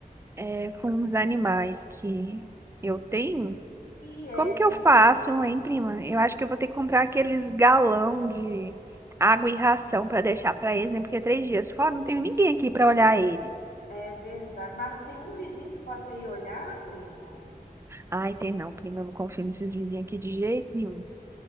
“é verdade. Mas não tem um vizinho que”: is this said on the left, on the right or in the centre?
Left